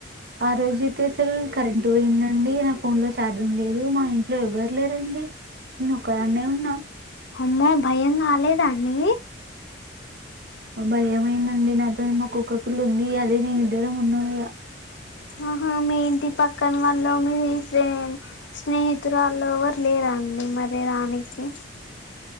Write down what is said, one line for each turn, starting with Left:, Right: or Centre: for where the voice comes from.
Right: ఆ రోజు అయితే అసల్ కరంట్ పోయింది. అండి నా ఫోన్ లో ఛార్జింగ్ లేదు మా ఇంట్లో ఎవ్వరు లేరండి. నేను ఒక్కదాన్నే ఉన్నా
Left: అమ్మో భయం కాలేదా అండి.
Right: భయం అయింది అండి నాతో మా కుక్క పిల్ల ఉంది అదీ నేను ఇద్దరం ఉన్నాము ఇగ.
Left: ఆహా మీ ఇంటి పక్కన వల్లొ మీ ఫ్రెండ్ స్నేహితురాల్లో ఎవరు లేరండి. మరే రానికి.